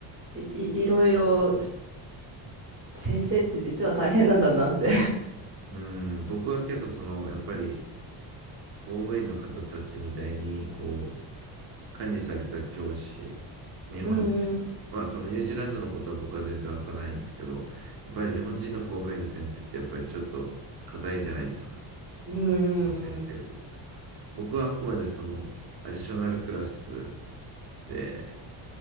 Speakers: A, on the right; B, on the right.
A: い、い、いろいろせ先生って実は大変なんだなって
B: うん、僕はけど、その、やっぱり、公務員の方たちみたいに、こ管理された教師、日本で、
A: <laughs> うん、
B: まあそのニュージーランドのことは僕は全然わからないんですけど、やっぱり日本人の公務員の先生ってやっぱりちょっと硬いじゃないですか、
A: うん、
B: この先生という。
A: うん
B: 僕はあくまでそのアディショナルクラスで